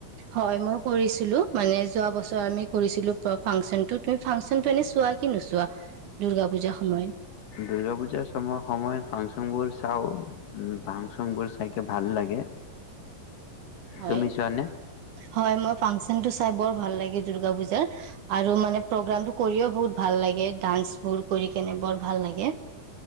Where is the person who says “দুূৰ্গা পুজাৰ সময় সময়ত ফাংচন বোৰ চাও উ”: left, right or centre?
Left